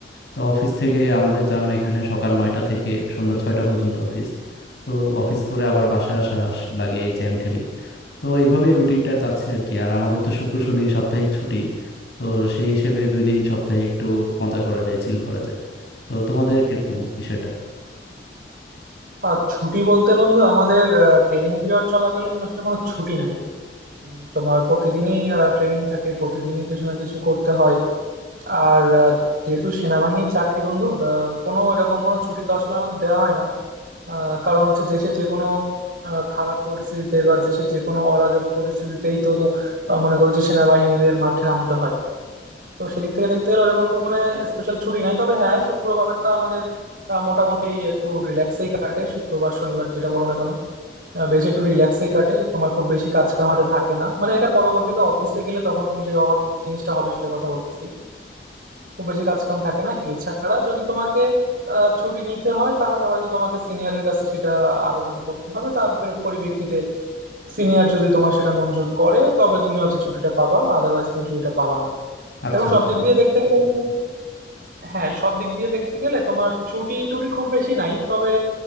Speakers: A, on the left; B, on the right.
A: তো অফিস থেকে আমাদের জানো এখানে সকাল নয়টা থেকে সন্ধ্যা ছয়টা পর্যন্ত অফিস তো অফিস করে আবার বাসায় আসা আস- লাগে এই জ্যাম ঠেলেই তো এইভাবেই রুটিনটা যাচ্ছে আর কি আর আমাদের তো শুক্র শনি সাপ্তাহিক ছুটি তো সেই হিসেবে দুই দিন সপ্তাহে একটু মজা করা যায় চিল করা যায় তো তোমাদের কিরকম বিষয়টা
B: আর ছুটি বলতে বন্ধু আমাদের ট্রেনিং পিরিয়ড চলাকালীন আসলে কোনো ছুটি নাই উম, তোমার প্রতিদিনই ট্রেনিং থাকে প্রতিদিনই কিছু না কিছু করতে হয় আর আহ, যেহেতু সেনাবাহিনীর চাকরি বন্ধু তা কোনো এরকম কোনো ছুটি তো আসলে আমাদের দেওয়া হয় না আহ, কারণ হচ্ছে দেশে যে কোনো আহ, খারাপ পরিস্থিতিতে বা দেশের যে কোনো অরাজক পরিস্থিতিতেই তো তো, আহ, মনে করো যে সেনাবাহিনীদের মাঠে নামতে হয় তো সেদিক থেকে দেখতে গেলে ওরকম কোনো স্পেশাল ছুটি নাই তবে হ্যাঁ শুক্রবারটা আমাদের আহ, মোটামুটি একটু রিল্যাক্সেই কাটে শুক্রবার শনিবার যেটা বলো না কেন আহ, বেশ একটু রিল্যাক্সেই কাটে তোমার খুব বেশি কাজ কামাতে থাকে না মানে এটা পরবর্তীতে অফিসে গেলে তখন যে হবে- জিনিসটা হবে সেটা কথা বলতেছি খুব বেশি কাজ কাম থাকে না এছাড়া যদি তোমাকে আহ, ছুটি নিতে হয় তাহলে হয়তো তোমাকে সিনিয়রের কাছে সেটা আবেদন করতে হবে তার পরি- পরিপ্রেক্ষিতে সিনিয়র যদি তোমার সেটা মঞ্জুর করে তবে তুমি হচ্ছে ছুটিটা পাবা আদারওয়াইজ তুমি ছুটিটা পাবা না
A: আচ্ছা
B: এখন সব
A: আচ্ছা
B: দিক দিয়ে দেখতে গেলে কিন্তু হ্যাঁ সব দিক দিয়ে দেখতে গেলে তোমার ছুটি টুটি খুব বেশি নাই তবে